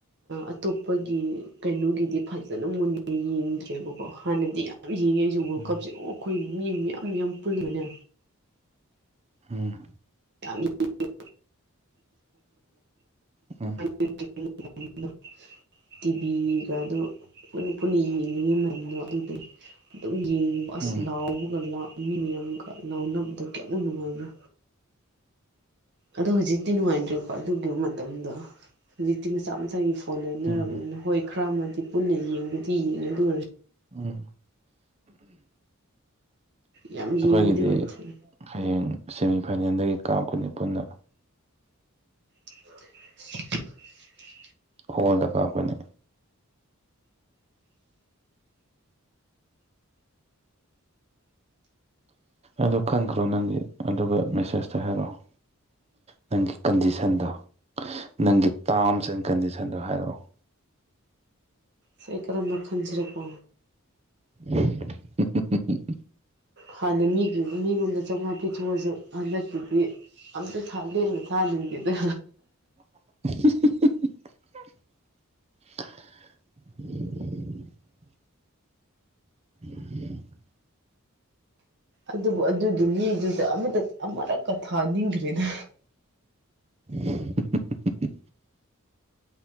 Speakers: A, on the right (about 55°); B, on the right (about 30°).
A: ꯑꯇꯣꯞꯄꯒꯤ ꯀꯩꯅꯣꯒꯤꯗꯤ ꯐꯖꯅ ꯃꯨꯟꯅ ꯌꯦꯡꯗ꯭ꯔꯦꯕꯀꯣ ꯍꯥꯟꯅꯗꯤ ꯌꯥꯝ ꯌꯦꯡꯉꯦ ꯍꯧ ꯋꯥꯔꯜ
B: ꯎꯝ
A: ꯀꯞꯁꯦ ꯑꯣ ꯑꯩꯈꯣꯏ ꯃꯤ ꯃꯌꯥꯝ ꯌꯥꯝ ꯄꯨꯜꯂꯤꯒꯅꯦ
B: ꯎꯝ
A: <unintelligible>
B: ꯎꯝ
A: <unintelligible> ꯇꯤꯚꯤꯒꯗ ꯄꯨꯟꯅ ꯄꯨꯟꯅ ꯌꯦꯡꯂꯤꯤꯉꯩ ꯃꯔꯝꯗꯣ ꯑꯗꯨꯗꯅꯦ ꯑꯗꯨꯝ ꯌꯦꯡꯉꯤꯕ ꯑꯁ
B: ꯎꯝ
A: ꯂꯥꯎꯕꯒ ꯃꯤꯅꯦ ꯑꯃꯒ ꯂꯥꯎꯅꯕꯗꯣ ꯀꯌꯥꯝꯃꯨꯛ ꯅꯨꯡꯉꯥꯏꯕ꯭ꯔꯥ ꯑꯗꯣ ꯍꯧꯖꯤꯛꯇꯤ ꯅꯨꯡꯉꯥꯏꯇ꯭ꯔꯦꯀꯣ ꯑꯗꯨꯒꯤ ꯃꯇꯝꯗꯣ ꯍꯧꯖꯤꯛꯇꯤ ꯃꯆꯥ ꯃꯆꯥꯒꯤ ꯐꯣꯟ ꯂꯩꯅꯔꯕꯅꯤꯅ
B: ꯎꯝ
A: ꯍꯣꯏ ꯈꯔ ꯑꯃꯗꯤ ꯄꯨꯟꯅ ꯌꯦꯡꯕꯗꯤ ꯌꯦꯡꯉ ꯂ ꯑꯣꯏꯔ
B: ꯎꯝ
A: ꯌꯥꯝ
B: ꯑꯩꯈꯣꯏꯒꯤꯗꯤ
A: ꯌꯦꯡꯕꯗꯤ ꯑꯣꯏꯗ꯭ꯔꯦ
B: ꯍꯌꯦꯡ ꯁꯦꯃꯤꯐꯥꯏꯅꯦꯜꯗꯒꯤ ꯀꯥꯞꯀꯅꯤ ꯄꯨꯟꯅ
A: <unintelligible>
B: ꯍꯣꯜꯗꯒ ꯑꯩꯈꯣꯏꯅ ꯑꯗ ꯈꯟꯈ꯭ꯔꯣ ꯅꯪꯗꯤ ꯑꯗꯨꯒ ꯃꯦꯁꯦꯖꯇ ꯍꯥꯏꯔꯛꯑꯣ ꯅꯪꯒꯤ ꯀꯟꯗꯤꯁꯟꯗ ꯅꯪꯒꯤ ꯇꯥꯔꯝꯁ ꯑꯦꯟ ꯀꯟꯗꯤꯁꯟꯗꯣ ꯍꯥꯏꯔꯛꯑꯣ
A: ꯁꯦꯀ꯭ꯔꯝꯕ ꯈꯟꯖꯔꯀꯣ
B: ꯎꯝ ꯁꯦ ꯁꯦꯠꯇ
A: ꯍꯥꯟꯅ ꯃꯤꯒꯤ ꯃꯤꯉꯣꯝꯗ ꯆꯥꯝꯃꯉꯥ ꯄꯤꯊꯣꯛꯑꯁꯨ ꯍꯟꯗꯛꯀꯤꯨꯗꯤ ꯑꯝꯇ ꯊꯜꯗꯅꯦ ꯊꯗꯤꯦꯗ
B: <unintelligible> <unintelligible> ꯎ
A: ꯑꯗꯨꯕꯨ ꯑꯗꯨꯗꯤ ꯃꯤꯗꯨꯗ ꯑꯃꯗ ꯑꯃꯨꯔꯛꯀ ꯊꯥꯅꯤꯡꯈ꯭ꯔꯦꯗ
B: <unintelligible>